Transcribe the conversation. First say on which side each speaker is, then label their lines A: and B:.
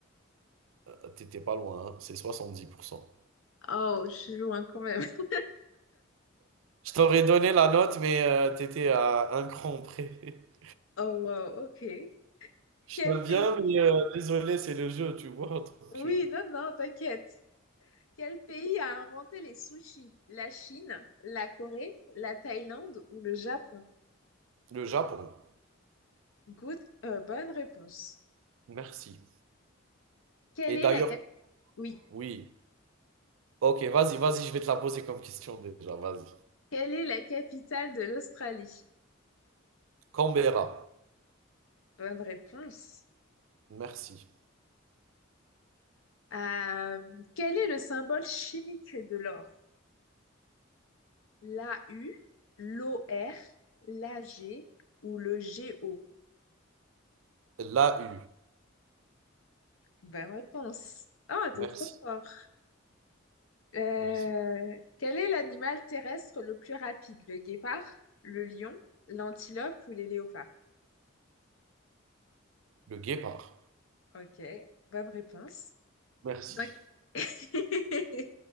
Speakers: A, on the right (about 75°); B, on the left (about 80°).
A: Euh, T'étais pas loin, hein, C'est 70%.
B: Oh, je suis loin quand même. <laughs>
A: Je t'aurais donné la note, mais euh, t'étais à un cran près.
B: Oh, wow, ok.
A: <laughs> Je
B: Quel
A: t'aime
B: pays?
A: bien, mais euh, désolé, c'est le jeu, tu vois. donc,
B: Oui,
A: euh,
B: non, non, t'inquiète. Quel pays a inventé les sushis? La Chine, la Corée, la Thaïlande ou le Japon?
A: le Japon.
B: Good, euh, bonne réponse.
A: Merci.
B: Quelle
A: Et
B: est
A: d'ailleurs,
B: la cap- Oui.
A: oui. Ok, vas-y, vas-y, je vais te la poser comme question déjà, vas-y.
B: Quelle est la capitale de l'Australie?
A: Canberra,
B: Bonne réponse.
A: merci.
B: Euh, quel est le symbole chimique de l'or? La U, l'O R, la G ou le G O
A: La U,
B: Bonne réponse. Ah, t'es
A: merci,
B: trop fort. Euh,
A: merci.
B: quel est l'animal terrestre le plus rapide? Le guépard, le lion, l'antilope ou les léopards?
A: Le guépard,
B: Ok, bonne réponse.
A: merci.
B: Dans, <laughs>